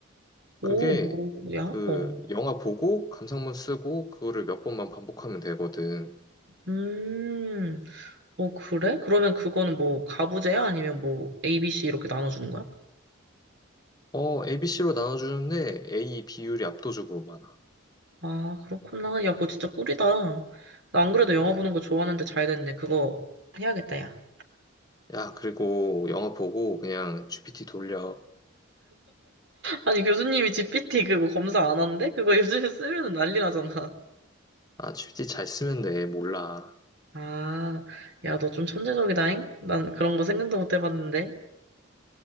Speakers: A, on the right; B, on the left.
A: 오,
B: 그게,
A: 뭐야?
B: 그,
A: 어.
B: 영화 보고, 감상문 쓰고, 그거를 몇 번만 반복하면 되거든.
A: 음, 어, 그래? 그러면 그거는 뭐, 가부제야? 아니면 뭐, ABC 이렇게 나눠주는 거야?
B: 어, ABC로 나눠주는데, A 비율이 압도적으로 많아.
A: 아, 그렇구나. 야, 그거 진짜 꿀이다. 나 안 그래도 영화
B: 야,
A: 보는 거 좋아하는데 잘 됐네. 그거 해야겠다, 야.
B: 야, 그리고 영화 보고, 그냥 GPT 돌려.
A: 아니, 교수님이 GPT 그거 검사 안 한대? 그거 요즘에 쓰면은 난리 나잖아.
B: 아, GPT 잘 쓰면 돼. 몰라.
A: 아, 야, 너 좀 천재적이다잉? 난 그런 거 생각도 못 해봤는데.